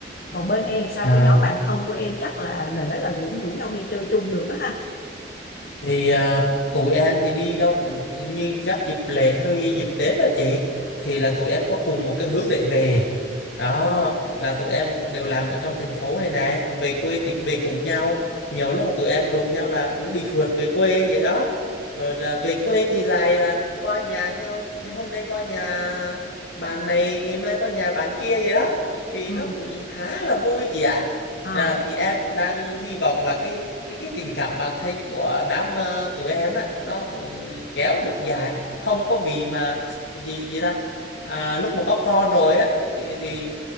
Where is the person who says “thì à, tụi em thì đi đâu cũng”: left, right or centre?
Left